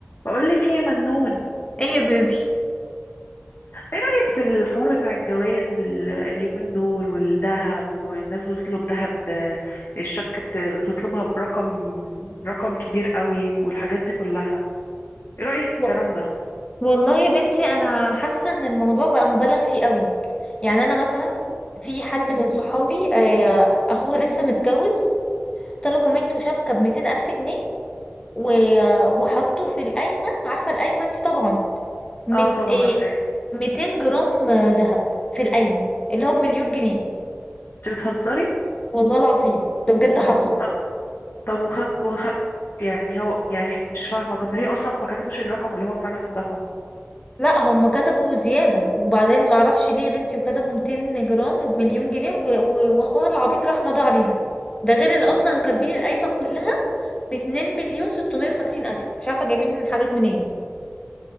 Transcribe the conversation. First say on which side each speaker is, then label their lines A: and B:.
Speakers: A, on the left; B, on the left.
A: بقولك ايه يا منون
B: ايه يا بيبي
A: ايه رأيك في الحوار بتاع الجواز ال- اليومين دول والذهب والناس بتطلب ذهب آه، الشبكة بت- بتطلبها برقم برقم كبير قوي والحاجات دي كلها ايه رأيك في الكلام
B: و-
A: ده
B: والله يا بنتي انا حاسه ان الموضوع بقى مبالغ فيه قوي يعني انا مثلا في حد من صحابي آه، اخوها لسه متجوز طلبوا منه شبكه ب 200 الف جنيه و- وحطوا في القايمه عارفه القايمه دي طبعا مت-
A: اه طبعا
B: آه،
A: عارفاه انت
B: 200 جرام آه، ذهب في القايمه اللي هو بمليون جنيه
A: بت- بتهزري
B: والله العظيم ده بجد حصل
A: طب طب وخد وخ... يعني هو يعني مش فاهمة طب ليه اصلا ما كتبوش الرقم اللي هو فعلا دفعه
B: لا هم كتبوا زيادة وبعدين معرفش ليه يا بنتي وكتبوا 200 جرام وبمليون جنيه و- و- واخوها العبيط راح مضى عليها ده غير اللي اصلا كاتبين القايمة كلها باتنين مليون ستمية وخمسين ألف مش عارفة جايبين حاجات منين